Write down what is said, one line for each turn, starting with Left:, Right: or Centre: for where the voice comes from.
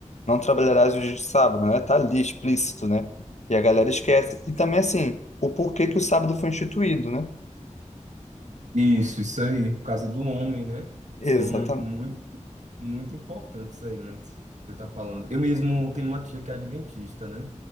Left: não trabalharás os dias de sábado, né? Tá ali explícito, né? E a galera esquece. E também, assim, o porquê que o sábado foi instituído, né?
Right: Isso, isso aí, por causa do homem, né?
Left: Exatamente.
Right: Então, muito, muito importante isso aí, mano, que você tá falando. Eu mesmo tenho uma tia que é adventista, né?